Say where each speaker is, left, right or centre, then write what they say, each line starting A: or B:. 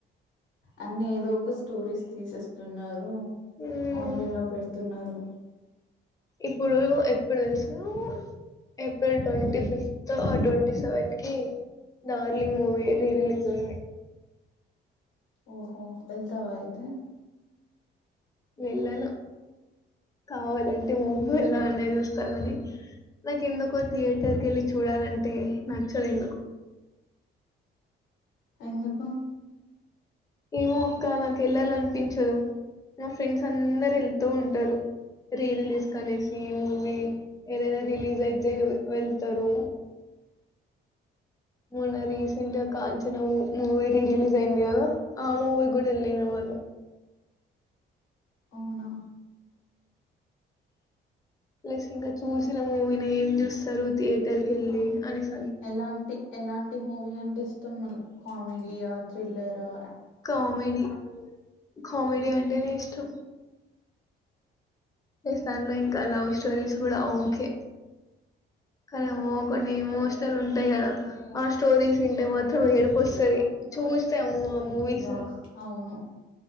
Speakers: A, on the left; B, on the left.
A: అన్ని ఏదో ఒక స్టోరీస్ చేసేస్తు ఉన్నారు
B: హ్మ్.
A: ఆన్లైన్ లో పెడుతున్నారు
B: ఇప్పుడు ఎప్పుడో తెలుసా ఏప్రిల్ ట్వంటి ఫిఫ్త్ ఆ ట్యంటి సెవెన్ కి డార్లింగ్ మూవిీ రి రిలీస్ ఉంది
A: ఓహో వెళ్తావ అయితే
B: వెళ్ళను కావాలంటే నువ్వు వెళ్ళాలి. నే చూస్తా గాని నాకు ఎందుకో థియెటర్కి ఎళ్ళి. చూడాలంటే నచ్చలేదు.
A: ఎందుకు
B: ఏమో అక్క నాకు ఎళ్ళాలనిపించదు. నా ఫ్రెండ్స్ అందరు ఎళ్తూ ఉంటారు. రీ రిలీజ్ కనేసి మూవీ ఏదైనా రిలీజ్ అయితే వు వెళ్తారు. మొన్న రీసెంట్ గ కాంచన మూ మూవి రీ రిలీజ్ అయింది కదా ఆ మూవి గూడా ఎల్లేరు వాల్.
A: అవునా
B: ప్లస్ ఇంక చూసిన మూవీనే ఏం చూస్తారు థియేటర్ కి వెళ్ళి అని.
A: ఎలాంటి ఎలాంటి మూవీ అంటే ఇష్టం మళ్ళ కామెడీయా త్రిల్లరా.
B: కామెడి కామెడి అంటేనే ఇష్టం. ఎస్తాన్లో ఇంకా లవ్ స్టోరీస్ కూడా ఓకే కన్నేమో కొన్ని ఎమోషనల్ ఉంటాయ్ కదా ఆ స్టోరీస్ ఇంటే మాత్రం ఎడుపువస్తాది. చూసాము ఆ మూవీస్.
A: వా అవును